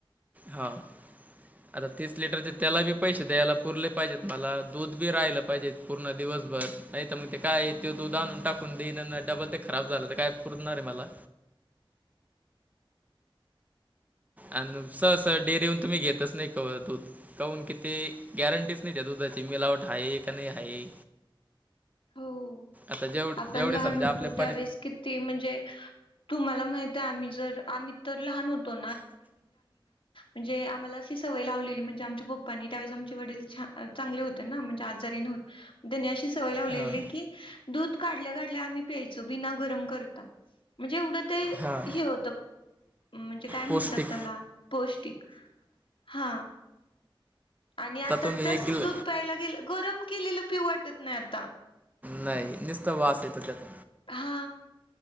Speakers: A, on the right; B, on the left.
A: हा. आता तीस लिटरचे तेला बी पैसे द्यायला पुरले पाहिजेत, मला दूध बी राहायला पाहिजे. पूर्ण दिवसभर नाही तर, मग ते काय ते दूध आणून टाकून देईन डबल ते खराब झालं तर काय पुरणार आहे मला. अन सरळ सरळ डेअरी वर, येऊन तुम्ही घेतच नाही कवा दुध. काउन किती गॅरंटीच नाही, त्या दुधाची मिलावट आहे का नाही आहे.
B: हो,
A: आता जेवढ
B: आपण
A: जेवढे
B: लहान
A: समजा
B: होतो
A: आपले परि
B: त्यावेेळेस कित ते म्हणजे तुम्हाला माहित आहे, आम्ही जर आम्ही तर लहान होतो. म्हे आम्हाला सवय लावली आ् आणि त्यावेळेस आमचे वडील छ चांगले होते ना म्हणजे आजारी नवते त्यांनी अशी सवय लावलेली
A: हां
B: की दूध काढल्या काढल्या आम्ही प्यायचो बिना गरम करता म्हणजे एवढं ते
A: हां
B: हे होतं म्हणजे काय म्हणतात
A: पौष्टिक
B: त्याला पौष्टिक हा आणि आता
A: तुम्ही
B: तसचं
A: एक गिल
B: दूध प्यायला गेलं गरम केलेलं पिऊ वाटत नाही आता.
A: नाही निस्ता वास येतो त्याचा.
B: हा.